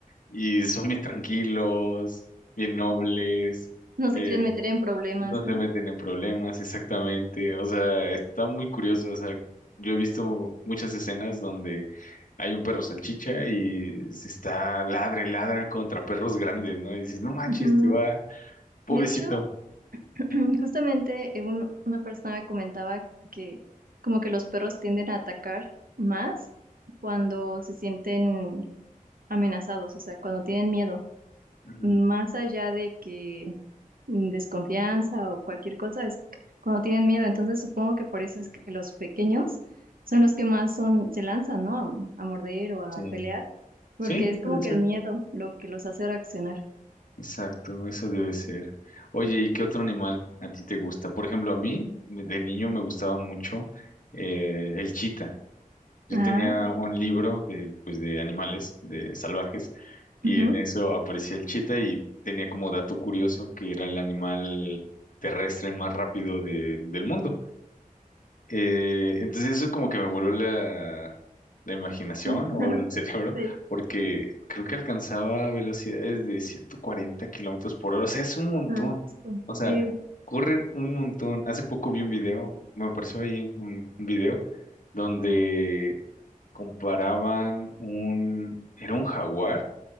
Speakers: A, on the left; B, on the right.
A: y son bien tranquilos, bien nobles.
B: No se
A: eh,
B: quieren meter en problemas,
A: no se
B: ¿no?
A: meten en problemas, exactamente. O sea, está muy curioso. O sea, yo he visto muchas escenas donde hay un perro salchicha y se está ladre, ladra contra perros grandes, ¿no? Y dices, no manches,
B: Ujú.
A: te va, pobrecito.
B: De hecho, <clears throat> justamente eh, un- una persona me comentaba que como que los perros tienden a atacar más cuando se sienten amenazados, o sea, cuando tienen miedo,
A: Ujú,
B: más allá de que mm, desconfianza o cualquier cosa, es c- cuando tienen miedo. Entonces supongo que por eso es que los pequeños son los que más son, se lanzan, ¿no? A, a morder o a
A: Sí,
B: pelear, porque
A: sí,
B: es como
A: debe
B: que
A: ser.
B: el miedo lo que los hace reaccionar.
A: Exacto, eso debe ser. Oye, ¿y qué otro animal a ti te gusta? Por ejemplo, a mí, de niño me gustaba mucho eh, el chita. Yo
B: Ah,
A: tenía
B: ok.
A: un libro de, pues, de animales, de salvajes, y
B: Ujú.
A: en eso aparecía el chita y tenía como dato curioso que era el animal terrestre más rápido de- del mundo. Eh, entonces eso como que me voló la, la imaginación
B: <laughs>
A: o el <laughs> cerebro,
B: Sí,
A: porque creo que alcanzaba velocidades de 140 kilómetros por hora. O sea, es un montón.
B: Ah, Sí,
A: O sea,
B: Sí.
A: corren un montón. Hace poco vi un video, me apareció ahí un, un video donde comparaban un, era un jaguar